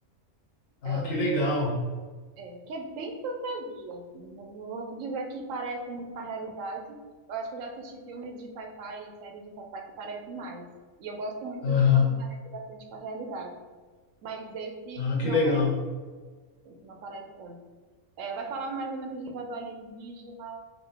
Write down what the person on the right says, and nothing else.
É,
é, que é bem fantasia, assim. Não vou dizer que parece muito com a realidade. Eu acho que eu já assisti filmes de sci-fi e séries de sci-fi que parecem mais. E eu gosto muito
de quando parece bastante com a realidade. Mas esse
não
parece, esse não parece tanto. É, vai falar mais ou menos de invasão alienígena,